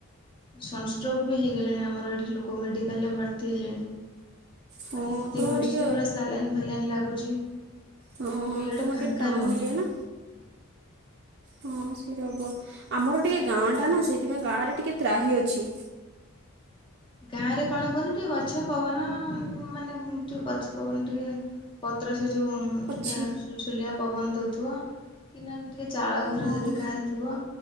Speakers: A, on the left; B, on the right.
A: ସନଷ୍ଟ୍ରୋକ ବି ହେଇଗଲାଣି ଆମର ଏଠି ଲୋକ ମେଡି ମେଡିକାଲରେ ଭର୍ତ୍ତି ହେଲେଣି
B: ହଁ
A: ମାନେ ଏମିତି
B: ତମର
A: ହଉଛି
B: ଟିକେ
A: ଯେ ପୁରା ସାଲାଇନ୍ ଫାଲାଇନ୍ ଲାଗୁଚି ମାନେ
B: ହଁ
A: ବେଡ଼୍
B: ତମର
A: ଫାଙ୍କା
B: ଟିକେ ଟାଉନ
A: ରହୁନି।
B: ଏରିଆ ନା ହଁ ସେଇଟି ହବ
A: ଏତେ
B: ଆମର ଟିକେ
A: ଜୋର
B: ଗାଁ
A: ଖରା
B: ଟା
A: ହଉଛି।
B: ନା ସେଇଥିପାଇଁ ଗାଁରେ ଟିକେ ତ୍ରାହି ଅଛି।
A: ଗାଁ ରେ କଣ କହୁନି ଟିକେ ଗଛ ପବନ ମାନେ ଯୋଉ ଗଛ ପବନ ଟିକିଏ ପତ୍ର ସେ ଯୋଉ
B: ଅଛି
A: ଟିକେ ସୁଲ୍ ସୁଲିଆ ପବନ ଦଉଥିବ। କି ନହେଲେ ଟିକିଏ ଚାଳ ଘର
B: ହଁ
A: ଯଦି କାହାର ଥିବ।